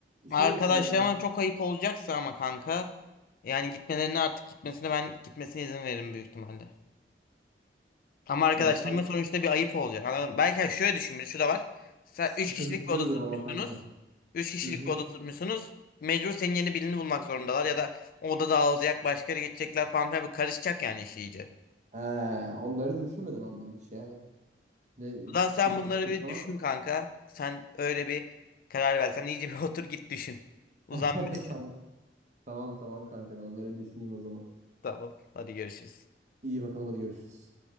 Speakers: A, on the left; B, on the right.
A: Arkadaşlarıma
B: şey olsa biraz
A: çok ayıp olacaksa ama kanka yani gitmelerine artık gitmesine ben gitmesine izin veririm büyük ihtimalle. Ama arkadaşlarıma
B: ya kanka
A: sonuçta bir ayıp olacak. Anladın mı? Belki hani şöyle düşün bir şu da var. Sen
B: sıkıntılı
A: 3 kişilik bir oda
B: bir durum
A: tutmuşsunuz.
B: ama kanka.
A: üç kişilik
B: Hı hı.
A: bir oda tutmuşsunuz. Mecbur senin yeni birini bulmak zorundalar ya da o oda dağılacak başkaları geçecekler falan filan bir karışacak yani iş iyice.
B: He, onları düşünmedim ben, ben hiç yani. Ne üç
A: Ulan
B: kişilik
A: sen
B: oturttuk
A: bunları bir
B: falan.
A: düşün kanka. Sen öyle bir karar versen iyice bir <laughs> otur git düşün. Uzan
B: <laughs>
A: bir düşün.
B: Tamam. Tamam tamam kanka ben onları düşüneyim o zaman.
A: Tamam. Hadi görüşürüz.
B: İyi bakalım hadi görüşürüz.